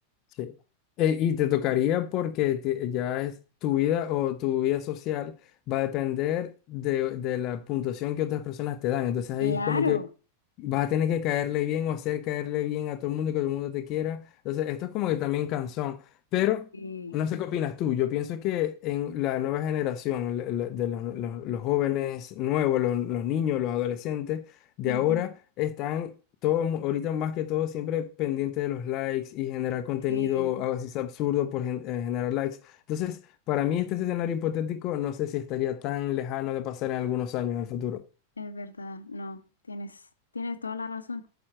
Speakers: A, on the left; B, on the left.
A: Sí. Eh, y te tocaría porque te- ya es tu vida o tu vida social va a depender de, de la puntuación que otras personas te dan. Entonces ahí
B: Claro.
A: es como que Vas a tener que caerle bien o hacer caerle bien a todo el mundo y que todo el mundo te quiera. Entonces, esto es como que también cansón. Pero
B: Sí.
A: no sé qué opinas tú. Yo pienso que en la nueva generación, la- la- de los, los- los jóvenes nuevos, los, los niños, los adolescentes de
B: Ujú.
A: ahora, están todos, mu- ahorita más que todo, siempre pendientes de los likes y generar contenido
B: Sí.
A: a veces absurdo por gen- eh, generar likes. Entonces, para mí, este escenario hipotético no sé si estaría tan lejano de pasar en algunos años en el futuro.
B: Es verdad, no, tienes, tienes toda la razón.